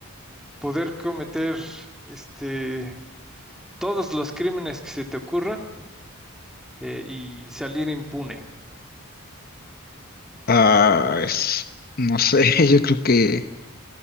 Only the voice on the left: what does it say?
Ah, es, no sé, <laughs> yo creo que